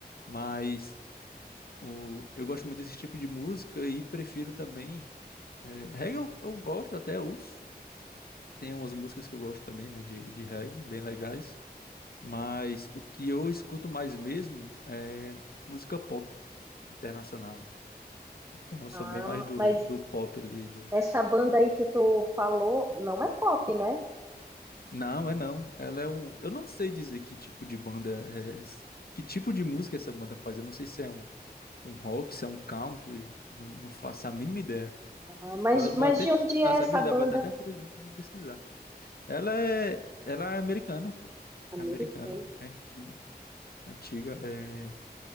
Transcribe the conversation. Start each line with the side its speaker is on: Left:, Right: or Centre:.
Left: Mas o, eu gosto muito desse tipo de música e prefiro também. É, reggae eu, eu gosto, até ouço. Tem umas músicas que eu gosto também, né, de, de reggae, bem legais. Mas o que eu escuto mais mesmo é música pop internacional, né? Então eu sou
Right: Ah,
Left: bem mais do,
Right: mas
Left: do pop ali, do...
Right: essa banda aí que tu falou não é pop, né?
Left: Não, é não. Ela é um... Eu não sei dizer que tipo de banda é... essa- Que tipo de música essa banda faz. Eu não sei se é um um rock, se é um country, não não faço a mínima ideia.
Right: Ah, mas,
Left: Eu
Right: mas
Left: vou até
Right: de
Left: pesquisar,
Right: onde é
Left: sabe?
Right: essa banda?
Left: Dá pra ter até curiosidade, eu vou pesquisar. Ela é, ela é americana, pô.
Right: Americana.
Left: É americana, é antiga, antiga. É...